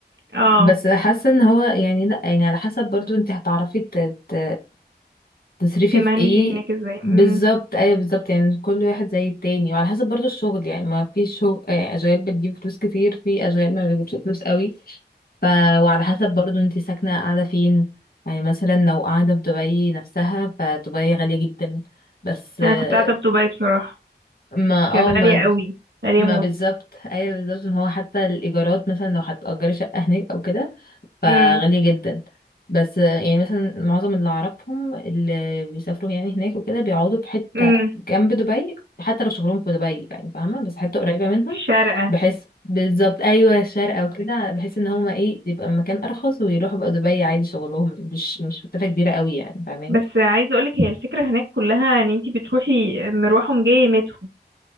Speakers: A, on the right; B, on the left.
A: اه
B: بس حاسه ان هو يعني لا يعني على حسب برضو انت هتعرفي ت... ت... تصريفي
A: تمانجي
B: في ايه
A: هناك ازاي
B: بالظبط
A: مم.
B: ايوه بالظبط يعني كل واحد زي التاني وعلى حسب برضو الشغل يعني ما في شغل آه، اشغال بتجيب فلوس كتير في اشغال ما بتجيبش فلوس قوي ف وعلى حسب برضو انت ساكنه قاعده فين يعني مثلا لو قاعده في دبي نفسها فدبي غاليه جدا بس آه،
A: انا كنت قاعدة في دبي بصراحة
B: ما
A: كانت
B: اه
A: غالية
B: ما
A: قوي غالية
B: ما
A: موت
B: بالظبط ايوه بالظبط ان هو حتى الايجارات مثلا لو هتأجري شقه هناك او كده فغالية
A: امم
B: جدا بس آه، يعني مثلا معظم اللي أعرفهم اللي بيسافروا يعني هناك وكده بيقعدوا في حتة
A: امم
B: جنب دبي حتى لو شغلهم في دبي يعني فاهمة بس حتة قريبة منهم
A: شارقة
B: بحيث بالظبط أيوة شارقة وكده بحيث إن هما إيه يبقى مكان أرخص ويروحوا بقى دبي عادي شغلهم مش مش مسافة كبيرة قوي يعني فاهماني
A: بس عايزة اقولك هي الفكرة هناك كلها ان انتي بتروحي مروح ومجاية مترو